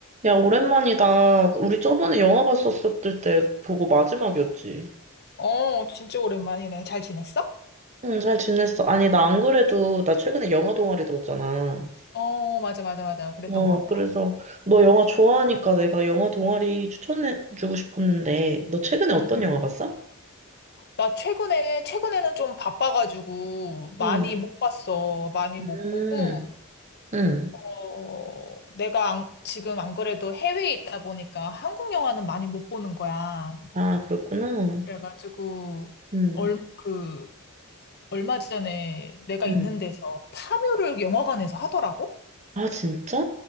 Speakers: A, on the right; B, on the left.
A: 야, 오랜만이다. 우리 저번에 영화 봤었을 때 보고 마지막이었지.
B: 어, 진짜 오랜만이네. 잘 지냈어?
A: 응, 잘 지냈어. 아니, 나 안 그래도 나 최근에 영화 동아리 들었잖아.
B: 어, 맞아, 맞아, 맞아. 그랬던
A: 어,
B: 것
A: 그래서
B: 같아.
A: 너 영화 좋아하니까 내가 영화 동아리 추천해주고 싶었는데, 너 최근에
B: 응,
A: 어떤
B: 응.
A: 영화 봤어?
B: 나 최근에, 최근에는 좀 바빠가지고 많이
A: 응,
B: 못 봤어. 많이
A: 음,
B: 못 보고,
A: 응.
B: 어, 내가 안- 지금 안 그래도 해외에 있다 보니까 한국 영화는 많이 못 보는 거야.
A: 아, 그랬구나.
B: 그래가지고,
A: 응,
B: 얼, 그, 얼마 전에 내가
A: 응.
B: 있는 데서 파묘를 영화관에서 하더라고?
A: 아, 진짜?